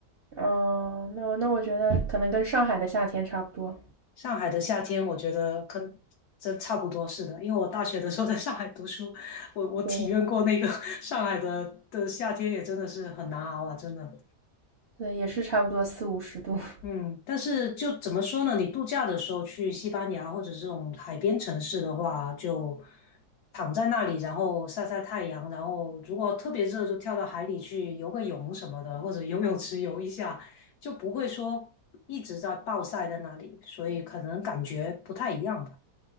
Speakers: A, on the right; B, on the left.
A: 哦，那我那我觉得可能跟上海的夏天差不多。
B: 上海的夏天我觉得跟真差不多是的，因为我大学的时候在上海读书，我我体验过那个
A: 对
B: <laughs> 上海的的夏天，也真的是很难熬啊，真的。
A: 对，也是差不多四五十度。<laughs>
B: 嗯，但是就怎么说呢？你度假的时候去西班牙或者这种海边城市的话，就躺在那里，然后晒晒太阳，然后如果特别热，就跳到海里去游个泳什么的，或者游泳池游一下，就不会说一直在暴晒在那里，所以可能感觉不太一样吧。